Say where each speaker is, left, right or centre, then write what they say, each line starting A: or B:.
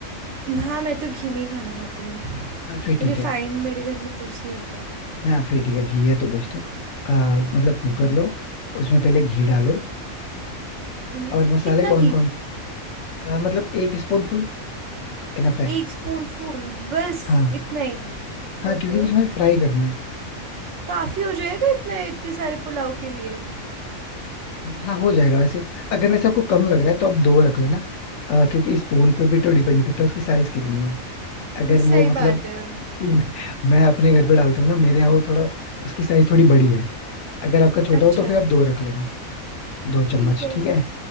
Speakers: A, on the right (about 65°); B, on the left (about 65°).
A: हाँ मैं तो घी में ही खाना खाती हूँ
B: हाँ फिर ठीक
A: रिफाइंड
B: है
A: मेरे घर में यूज नहीं होता
B: हाँ फिर ठीक है घी है तो बेस्ट है अ, मतलब कुकर
A: हम्म
B: लो उसमें पहले घी डालो
A: हम्म
B: और मसाले
A: कितना
B: कौन
A: घी
B: कौन से अ, मतलब एक स्पून फुल इनफ है
A: एक स्पून फूल बस
B: हाँ
A: इतना ही
B: हाँ
A: ओके
B: क्योंकि उसमें फ्राई करना है
A: काफी हो जाएगा इतने इतने सारे पुलाव के लिए
B: हाँ हो जाएगा वैसे अगर वैसे आपको कम लग रहा है तो आप दो रख लेना अ, क्योंकि स्पून पे भी तो डिपेंड करता है उसकी साइज कितनी है अगर
A: सही
B: वो मतलब
A: बात है
B: कि मैं, मैं अपने घर पे डालता हूँ ना मेरे यहाँ वो थोड़ा उसकी साइज थोड़ी बड़ी है अगर आपका छोटा
A: अच्छा
B: हो तो फिर आप दो रख लेना दो चम्मच
A: ठीक है
B: ठीक है